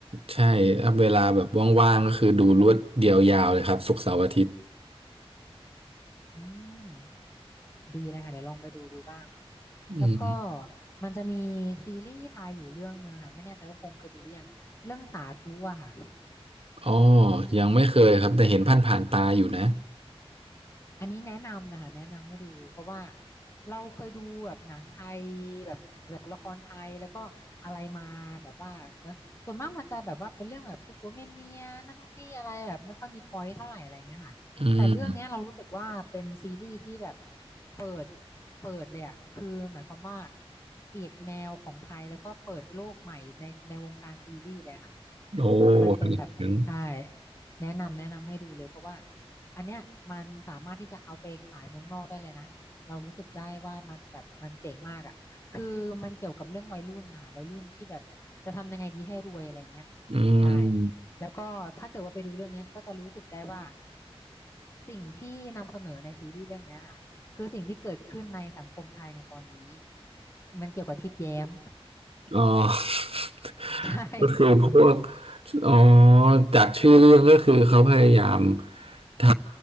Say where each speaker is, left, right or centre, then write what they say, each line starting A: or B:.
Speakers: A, on the right (about 65°); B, on the left (about 25°).
A: ใช่ถ้าเวลาแบบว่างๆก็คือดูรวดเดียวยาวเลยครับศุกร์เสาร์อาทิตย์
B: อืมดีนะคะเดี๋ยวลองไปดูดูบ้าง
A: อืม
B: แล้วก็มันจะมีซีรีส์ไทยอยู่เรื่องเนึงอะค่ะไม่แน่ใจว่าพงษ์เคยดูหรือยังเรื่องสาธุอะค่ะ
A: อ๋อ ยังไม่เคยครับแต่เห็นผ่านผ่านตาอยู่นะ
B: อันนี้แนะนำเลยค่ะแนะนำให้ดูเพราะว่าเราเคยดูแบบหนังไทยแบบแบบละครไทยแล้วก็อะไรมาแบบว่าเนอะส่วนมากมันจะแบบว่าเป็นเรื่องแบบพวกผัวเมียเมียนั่นนู่นนี่อะไรแบบไม่ค่อยมีพอยต์เท่าไหร่อะไรเงี้ยค่ะแต่เรื่องเนี้ยเรารู้สึกว่าเป็นซีรีส์ที่แบบ
A: อืม
B: เปิดเปิดเลยอะคือหมายความว่าเปลี่ยนแนวของไทยแล้วก็เปิดโลกใหม่ในในวงการซีรีส์เลยค่ะ
A: โอ้
B: มันเป็นแบบใช่
A: นึกถึง
B: แนะนำแนะนำให้ดูเลยเพราะว่าอันเนี้ยมันสามารถที่จะเอาไปขายเมืองนอกได้เลยนะเรารู้สึกได้ว่ามันแบบมันเจ๋งมากอ่ะคือมันเกี่ยวกับเรื่องวัยรุ่นนะคะวัยรุ่นที่แบบจะทำยังไงดีให้รวยอะไรเงี้ย
A: อืม
B: ใช่แล้วก็ถ้าเกิดว่าไปดูเรื่องเนี้ยก็จะรู้สึกได้ว่าสิ่งที่นำเสนอในซีรีส์เรื่องเนี้ยอะคือสิ่งที่เกิดขึ้นในสังคมไทยในตอนนี้มันเกี่ยวกับทิดแย้ม
A: อ๋อ <laughs>
B: <laughs> ใช่
A: ก็คือพวกอ๋อจากชื่อเรื่องก็คือเขาพยายามท